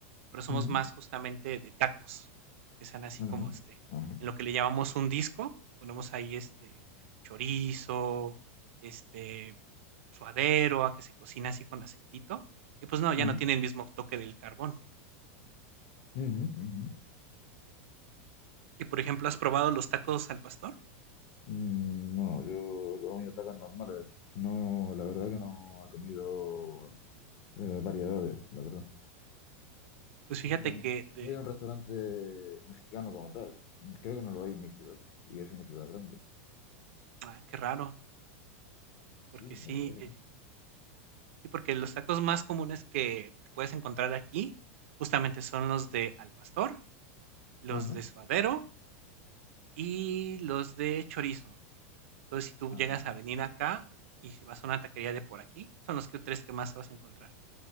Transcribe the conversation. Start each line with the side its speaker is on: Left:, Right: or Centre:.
Right: pero somos
Left: ujú,
Right: más justamente de tacos, que sean así
Left: Ajá.
Right: como, este,
Left: Ajá.
Right: en lo que le llamamos un disco, ponemos ahí, este, chorizo, este, suadero, a que se cocina así con aceitito, y pues no, ya
Left: Ajá.
Right: no tiene el mismo toque del carbón.
Left: ujú, ujú.
Right: Y por ejemplo, ¿has probado los tacos al pastor?
Left: Mm, No, yo he comido tacos normales. No, la verdad que no he comido eh, variedades, la verdad.
Right: Pues fíjate
Left: Es que no
Right: que de
Left: no hay un restaurante mexicano como tal. Creo que no lo hay en mi ciudad. Y es una ciudad grande.
Right: ah, qué raro, porque
Left: Sí,
Right: sí,
Left: la verdad que
Right: eh,
Left: no.
Right: y porque los tacos más comunes que puedes encontrar aquí justamente son los de al pastor, los
Left: Ajá.
Right: de suadero y los de chorizo. Entonces, si tú
Left: Ajá,
Right: llegas a venir acá y si vas a una taquería de por aquí, son los que tres que más vas a encontrar.